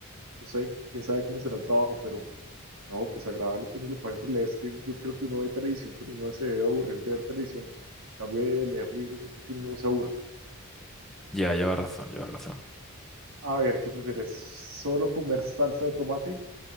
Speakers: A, on the right; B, in the centre.
A: no sé, quién sabe cómo será el trabajo, pero no, pues agradable que uno le paguen por leer. Es que yo creo que uno ve televisión, pero uno se debe aburrir de ver televisión. En cambio de leer libros, yo creo que uno no se aburre.
B: Ya, lleva razón, lleva razón.
A: A ver, ¿qué prefieres? ¿Solo comer salsa de tomate